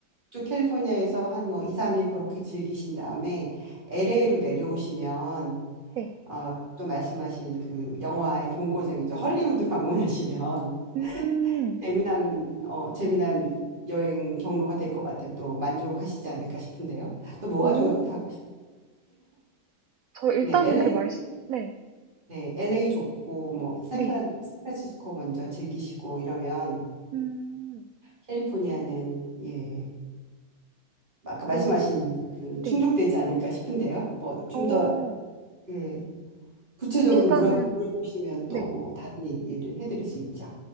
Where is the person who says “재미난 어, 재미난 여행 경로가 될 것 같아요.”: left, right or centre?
Right